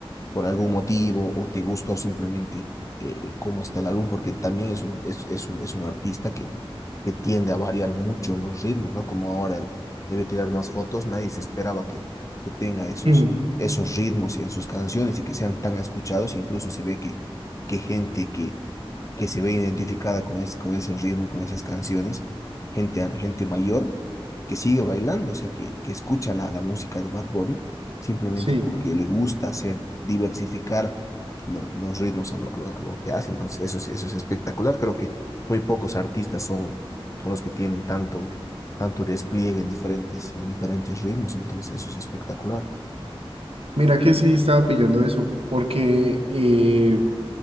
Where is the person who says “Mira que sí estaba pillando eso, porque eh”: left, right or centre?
Right